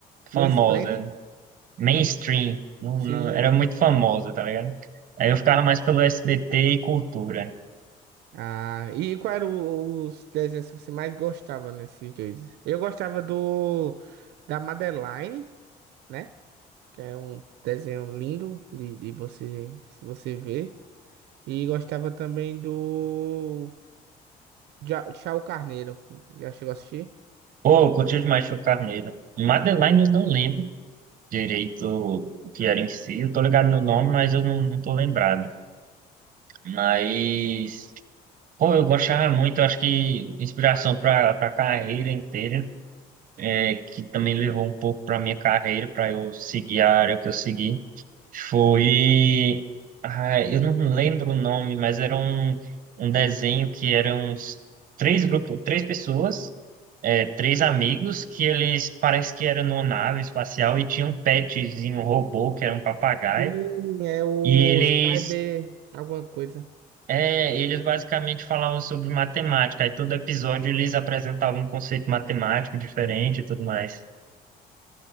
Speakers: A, on the right; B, on the right.
A: famosa.
B: Mansplaining?
A: Mainstream. Não,
B: Sim.
A: não- era muito famosa, tá ligado? Aí eu ficava mais pelo SBT e cultura.
B: Ah, e qual era o- os desenhos que você mais gostava nesses dois? Eu gostava do da Madeline, né? Que é um desenho lindo de, de você se você ver. E gostava também do Ja- Chao Carneiro. Já chegou a assistir?
A: Pô, eu curti demais Show Carneiro. Madeline eu não lembro direito o que era em si. Eu tô ligado no nome, mas eu não, não tô lembrado. Mas, pô, eu gostava muito. Eu acho que inspiração pra, pra carreira inteira, é, que também levou um pouco pra minha carreira, pra eu seguir a área que eu segui. Foi. Ah, eu não lembro o nome, mas era um, um desenho que eram uns três grupos, três pessoas, é, três amigos, que eles parece que eram numa nave espacial e tinha um petzinho, um robô, que era um papagaio.
B: Sim, é o
A: E eles,
B: Cyber alguma coisa.
A: é, eles basicamente falavam sobre matemática. Aí todo episódio eles apresentavam um conceito matemático diferente e tudo mais.